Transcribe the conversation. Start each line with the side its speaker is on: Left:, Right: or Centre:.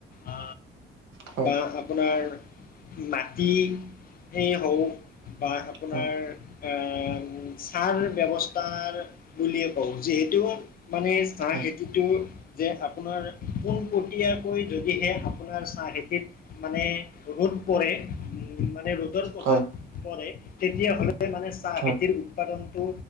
Left: আ
Right: হয়
Left: বা আপ আপোনাৰ মাটিয়েই হওঁক বা আপোনাৰ
Right: উম
Left: আ ছাৰ ব্যৱস্থাৰ বুলিয়ে কওঁক যিহেতু মানে চাহ
Right: হয়
Left: খেতিটো যে আপোনাৰ পোনপটীয়াকৈ যদিহে আপোনাৰ চাহ খেতিত মানে ৰ'দ পৰে, উম মানে ৰ'দৰ প্ৰভাৱ
Right: হয়
Left: পৰে তেতিয়াহ'লে মানে চাহ
Right: হয়
Left: খেতিৰ উৎপাদনটো